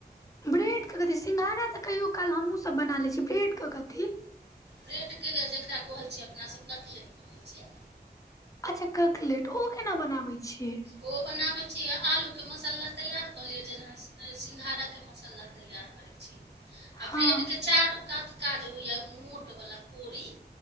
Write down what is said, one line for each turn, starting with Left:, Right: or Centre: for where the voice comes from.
Left: ब्रेडके कथी, सिंघाड़ा तऽ कहिओ काल हमहूँ सब बना लै छी, ब्रेडके कथी।
Right: ब्रेड के जेकरा कहै छै अपना सब कटलेट कहै छै।
Left: अच्छा ककलेट ओ केना बनाबै छियै।
Right: ओ बनाबैय छीयै आलूके मसल्ला तैयार कऽ लियऽ जेना सिंघाड़ा के मसल्ला तैयार करै छी आ
Left: हँ
Right: ब्रेडके चारू कातका जे होयया मोटवला कोरी।